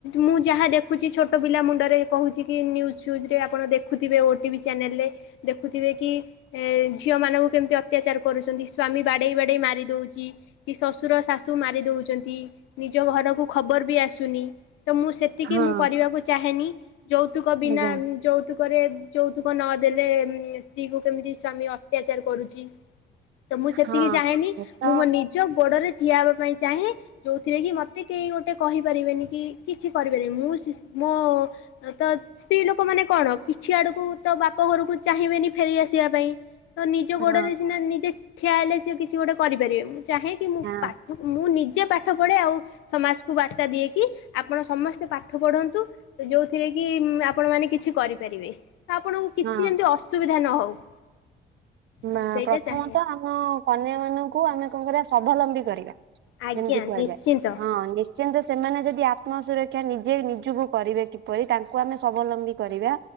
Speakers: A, on the left (about 85°); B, on the right (about 65°).
A: ମୁଁ ଯାହା ଦେଖୁଚି ଛୋଟ ପିଲା ମୁଣ୍ଡରେ କହୁଚି କି ନ୍ୟୁଜ୍ ଫ୍ୟୁଜ୍ ରେ ଆପଣ ଦେଖୁ ଦେଖୁଥିବେ ଓଟିଭି ଚ୍ୟାନେଲ୍ ରେ ଦେଖୁଥିବେ କି ଏ ଝିଅ ମାନଙ୍କୁ କେମିତି ଅତ୍ୟାଚାର କରୁଚନ୍ତି ସ୍ଵାମୀ ବାଡେଇ ବାଡେଇ ମାରି ଦଉଚି। କି ଶଶୁର ଶାଶୁ ମାରିଦଉଚନ୍ତି ନିଜ ଘରକୁ ଖବର୍ ବି ଆସୁନି ତ ମୁଁ ସେ ଏତିକି
B: ହଁ
A: ମୁଁ କରିବାକୁ ଚାହେଁନି ଯୌତୁକ ବିନା
B: ଆଜ୍ଞା
A: ଯୌତୁ ରେ ଯୌତୁକ ନଦେଲେ ଉଁ- ସ୍ତ୍ରୀ କୁ କେମିତି ସ୍ଵାମୀ ଅତ୍ୟାଚାର କରୁଚି ତ ମୁଁ ସେତିକି
B: ହଁ
A: ଚାହେଁନି
B: ଏ ତ
A: ମୁଁ ମୋ ନିଜ ଗୋଡରେ ଠିଆ ହେବା ପାଇଁ ଚାହେଁ ଯଉଥିରେ କି ମତେ କେହି ଗୋଟେ କହିପାରିବେନି କି କିଛି କରିପାରିବି ମୁଁ ସେ-ମୋ ତ ସ୍ତ୍ରୀ ଲୋକ ମାନେ କଣ କିଛି ଆଡକୁ ତ ବାପ ଘରକୁ ଚାହିଁବେନି ଫେରି ଆସିବା ପାଇଁ ତ ନିଜ
B: ହଁ
A: ଗୋଡରେ ସିନା ନିଜେ ଠିଆ ହେଲେ ସିଏ କିଛି ଗୋଟେ କରିପାରିବେ ମୁଁ ଚାହେଁ କି
B: <inaudible>
A: ମୁଁ ପାଠ ମୁଁ ନିଜେ ପାଠ ପଢେ ଆଉ ସମାଜକୁ ବାର୍ତ୍ତା ଦିଏକି ଆପଣ ସମସ୍ତେ ପାଠ ପଢନ୍ତୁ ତ ଯଉଥିରେ କି ଆପଣ ମାନେ କିଛି କରିପାରିବେ ତ ଆପଣ କିଛି
B: ହଁ
A: ଯେମିତି ଅସୁବିଧା ନ ହଉ।
B: ନା
A: ମୁଁ ସେଇଟା
B: ପ୍ରଥମତଃ
A: ଚାହେଁ
B: ଆମ କନ୍ୟା ମାନଙ୍କୁ ଆମେ କଣ କରିବା ସ୍ବାବଲମ୍ବୀ କରିବା।
A: ଆଜ୍ଞା
B: ଯେମିତି କୁହାଯାଏ
A: ନିଶ୍ଚିନ୍ତ
B: ହଁ ନିଶ୍ <unintelligible> ସେମାନେ ଯଦି ଆତ୍ମ ସୁରକ୍ଷା ନିଜେ ନିଜକୁ କରିବେ କିପରି ତାଙ୍କୁ ଆମେ ସ୍ବାବଲମ୍ବୀ କରିବା।